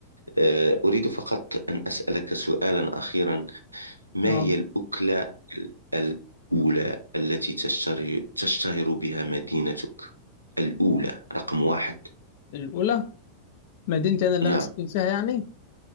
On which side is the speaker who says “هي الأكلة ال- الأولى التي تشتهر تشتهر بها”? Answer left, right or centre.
Right